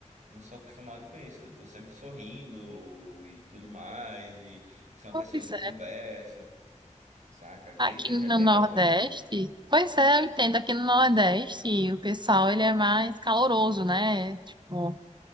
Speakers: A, on the right; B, on the right.
A: não sou acostumado com isso. Eu tô sempre sorrindo e tudo mais, e sou uma
B: Pois
A: pessoa que conversa, saca? Tem,
B: Aqui
A: já já
B: no
A: teve
B: Nordeste,
A: alguma?
B: pois é, eu entendo, aqui no Nordeste o pessoal ele é mais caloroso, né? Tipo,